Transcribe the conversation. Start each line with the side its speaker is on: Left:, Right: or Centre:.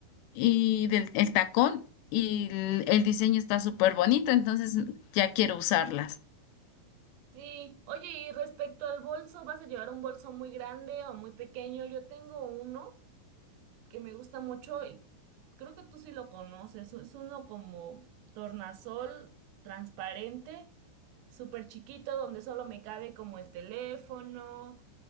Left: y del el tacón y el, el diseño está súper bonito, entonces ya quiero usarlas.
Right: Sí, oye, y respecto al bolso, ¿vas a llevar un bolso muy grande o muy pequeño? Yo tengo uno. que me gusta mucho, y creo que tú sí lo conoces, es uno como tornasol transparente, súper chiquito, donde solo me cabe como el teléfono,